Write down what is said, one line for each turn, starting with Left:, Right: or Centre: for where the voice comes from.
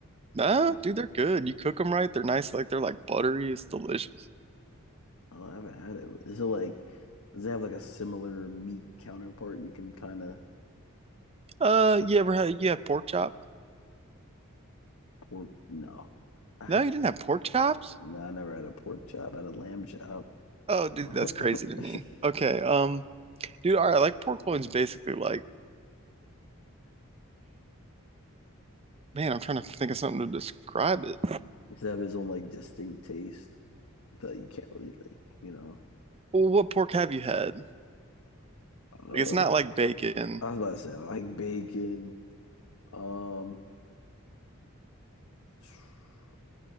Right: Nah,
Left: No,
Right: dude, they're good. You cook them right, they're nice, like they're like buttery. It's delicious.
Left: I haven't had it. Is it like, does it have like a similar meat counterpart you can kind of
Right: Uh, you ever had you had pork chop?
Left: pork? No, I have.
Right: No, you didn't have pork chops?
Left: No, I never had a pork chop. I had a lamb chop.
Right: Oh,
Left: <laughs>
Right: dude, that's crazy to me.
Left: Does
Right: Okay, um, dude, all right, like pork loin's basically like, man, I'm trying to think of something to describe it.
Left: it have his own like distinct taste? that you can't really like, you know.
Right: Well, what pork have you had?
Left: Uh,
Right: Like, it's not like bacon.
Left: I was about to say I like bacon. Um, <sighs>